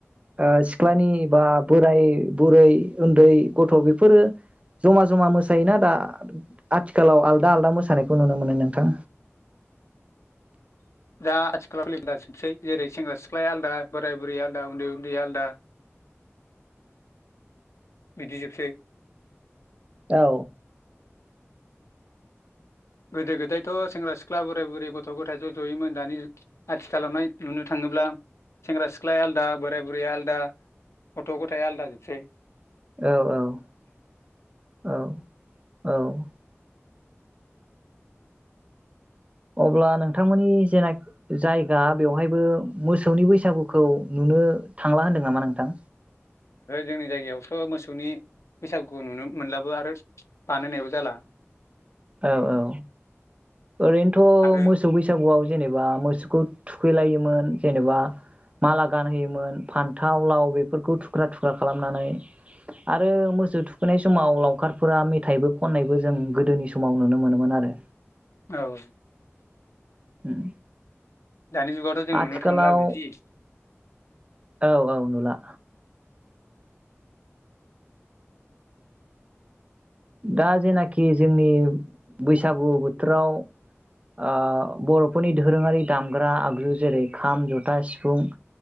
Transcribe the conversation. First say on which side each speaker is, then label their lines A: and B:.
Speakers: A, on the right (about 25°); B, on the left (about 75°).
A: ओ सिख्लानि बा बोराय बुरै उन्दै गथ' बेफोरो जमा जमा मोसायोना दा आथिखालाव आलदा आलदा मोसानायखौ नुनो मोनो नोंथां
B: दा आथिखालाव फ जोबसै जेरै सेंग्रा सिख्लाया आलादा बोराय बुरि आलादा उन्दै उन्दै आलादा बिदिजोबसै
A: औ
B: गोदो गोदायथ' सेंग्रा सिख्ला बोराय बुरै गथ' गथायाइ ज' ज'यैमोन दानि आथिखालावहाय नुनो थाङोब्ला सेंग्रा सिख्लाया आलादा बोराय बुरैया आलादा गथ' गथायाइ आलादा जोबसै
A: औ औ औ औ अब्ला नोंथांमोननि जेनाख जायगा बेवहायबो मोसौनि बैसागुखौ नुनो थांला होनदों नामा नोंथां
B: जोंनि जायगायावथ' मोसौनि बैसागुखौ नुनो मोनलाबो आरो बानायनायबो जाला
A: औ औ ओरैनोथ'
B: आरो
A: मोसौ बैसागुआव जेनेबा मोसोखौ थुखै लायोमोन जेनेबा माला गानहोयोमोन फान्थाव लाव बेफोरखौ थुख्रा थुख्रा खालामनानै आरो मोसो थुखैनाय समाव लावखारफोरा मेथायबो खननायबो जों गोदोनि स समाव नुनो मोनोमोन आरो
B: औ
A: उम
B: दानि जुगावथ' जों
A: आथिखालाव
B: नुनो थांला बिदि
A: औ औ नुला दा जेनाखि जोंनि बैसागु बोथोराव ओ बर'फोरनि दोरोङारि दामग्रा आगजु जेरै खाम जथा सिफुं